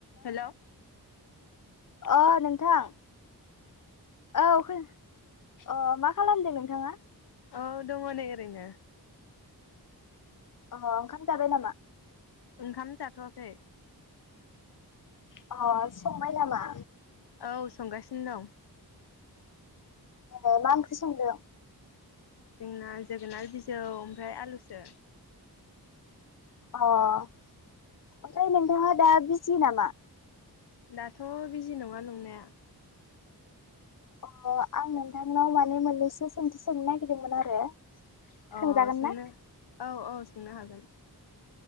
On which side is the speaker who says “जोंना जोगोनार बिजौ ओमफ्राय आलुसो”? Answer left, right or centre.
Left